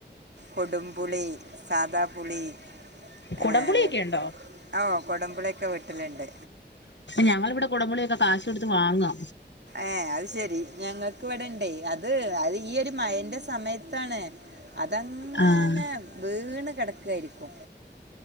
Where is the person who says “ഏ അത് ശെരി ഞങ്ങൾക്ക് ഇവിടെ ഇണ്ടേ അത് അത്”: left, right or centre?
Right